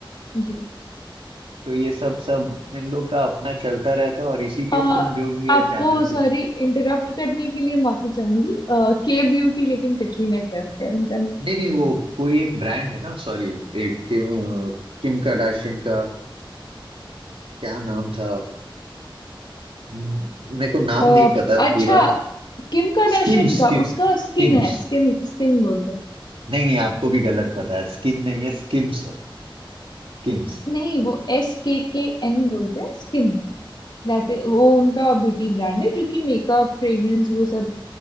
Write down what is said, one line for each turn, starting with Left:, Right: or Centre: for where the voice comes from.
Left: जी
Right: तो ये सब सब इन लोग का अपना चलता रहता है और इसी के
Left: अ,
Right: थ्रू जो भी है
Left: आपको
Right: चैनल के
Left: सॉरी
Right: थ्रू
Left: इंटरप्ट करने के लिए माफी चाहूंगी के ब्यूटी लेकिन कटरीना कैफ है उनका
Right: नहीं नहीं वो कोई एक ब्रांड है ना सॉरी एक किम अ, किम कार्दाशियन का क्या नाम था हम्म, मेरे को नाम
Left: अ,
Right: नहीं पता
Left: अच्छा
Right: पूरा
Left: किम कार्दाशियन
Right: Schemes
Left: का
Right: स्किम
Left: उसका
Right: schemes
Left: स्किन है स्किन स्किन बोलते हैं
Right: नहीं नहीं आपको भी गलत पता है स्किन नहीं है स्किम्स है स्किम्स
Left: नहीं वो एस के के एन बोलते हैं स्किन दैट वो उनका ब्यूटी ब्रांड है जो कि मेकअप फ्रेग्रेंस वो सब